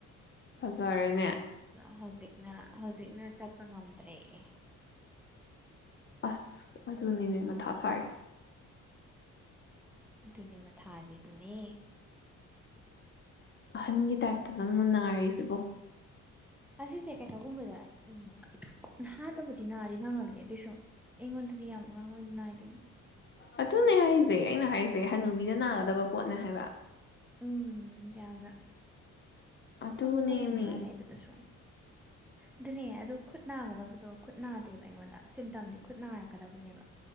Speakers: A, on the left; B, in the centre.
A: ꯐꯖꯔꯦꯅꯦ
B: ꯑ ꯍꯧꯖꯤꯛꯅ ꯍꯧꯖꯤꯛꯅ ꯆꯠꯄ ꯉꯝꯗ꯭ꯔꯦ ꯑꯦ ꯀ <unintelligible>
A: ꯑꯁ ꯑꯗꯨꯅꯤꯅꯦ ꯃꯊꯥ ꯁꯥꯔꯤꯁ
B: ꯑꯗꯨꯅꯦ ꯃꯊꯥꯖꯦ ꯑꯗꯨꯅꯦ
A: ꯑꯍꯟꯒꯤ ꯇꯥꯏꯞꯇ ꯅꯪꯅ ꯅꯥꯔꯤꯁꯤꯕꯣ
B: ꯑꯁꯤꯁꯦ ꯀꯩꯅꯣ ꯒꯨꯝꯕꯗ ꯎꯝ ꯅꯍꯥꯥ ꯗꯕꯨꯗꯤꯤ ꯅꯔꯤ ꯅꯒꯜꯅꯤ ꯑꯗꯨꯏꯁꯨ ꯑꯩꯉꯣꯟꯗꯗꯤ ꯌꯥꯝ ꯑꯉꯥꯡ ꯑꯣꯏꯅ ꯅꯥꯏꯗꯅ
A: ꯑꯗꯨꯅꯦ ꯍꯥꯏꯖꯦ ꯑꯩꯅ ꯍꯥꯏꯁꯦ ꯁꯦ ꯍꯅꯨꯕꯤꯅ ꯅꯥꯒꯗꯕ ꯄꯣꯠꯅꯦ ꯍꯥꯏꯕ
B: ꯎꯝ ꯌꯥꯝꯅ
A: ꯑꯗꯨꯅꯦꯃꯤ
B: ꯃꯈꯜ ꯃꯈꯜ ꯂꯩ ꯃꯥꯜꯂꯦ ꯑꯗꯨꯗꯁꯨ ꯑꯗꯨꯅꯦ ꯑꯗꯨ ꯈꯨꯠ ꯅꯥꯒꯗꯕꯗꯣ ꯈꯨꯠ ꯅꯥ ꯅꯠꯇꯦꯕ ꯑꯩꯉꯣꯟꯗ ꯁꯤꯝꯇꯝꯗꯤ ꯈꯨꯠ ꯅꯥꯔꯛ ꯂꯥꯛꯀꯗꯕꯅꯦꯕ